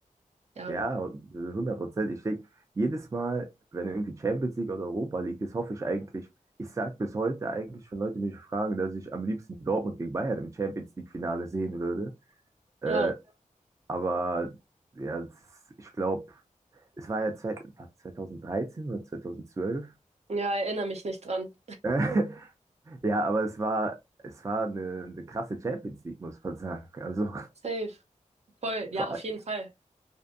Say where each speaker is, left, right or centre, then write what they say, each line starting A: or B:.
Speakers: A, on the right; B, on the right.
A: Ja,
B: Ja, und, äh, Prozent. Ich denke, jedes Mal, wenn irgendwie Champions League oder Europa League ist, hoffe ich eigentlich, ich sage bis heute eigentlich, wenn Leute mich fragen, dass ich am liebsten Dortmund gegen Bayern im Champions League Finale sehen würde. Äh,
A: ja,
B: aber ja, es- ich glaube, es war ja zwei, war 2013 oder 2012.
A: ja, erinnere mich nicht dran.
B: Äh, <laughs> Ja, aber es war, es war eine, eine krasse Champions League, muss man sagen. Also
A: Safe. Voll, ja,
B: vor,
A: auf
B: all-
A: jeden Fall.